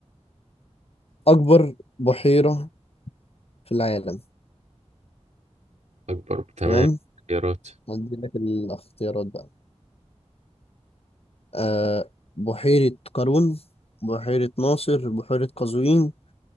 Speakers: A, on the left; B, on the right.
A: أكبر بحيرة في العالم
B: أكبر تمام
A: تمام
B: اختيارات
A: هدي لك الاختيارات بقى أه بحيرة قارون بحيرة ناصر بحيرة قزوين